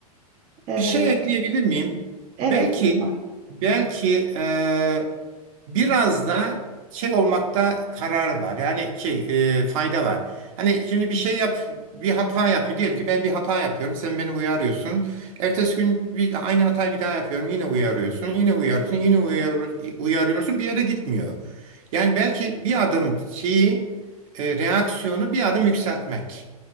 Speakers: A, on the right; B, on the right.
A: eee
B: Bir şey ekleyebilir miyim?
A: Evet,
B: Belki
A: lütfen.
B: belki e, biraz da şey olmakta karar var. Yani şey e, fayda var. Hani şimdi bir şey yap, bir hata yapıyor. Diyelim ki ben bir hata yapıyorum. Sen beni uyarıyorsun. Ertesi gün bir, aynı hatayı bir daha yapıyorum. Yine uyarıyorsun. Yine uyarıyorsun. Yine uyar, uyarıyorsun. Bir yere gitmiyor. Yani belki bir adım şeyi e, reaksiyonu bir adım yükseltmek.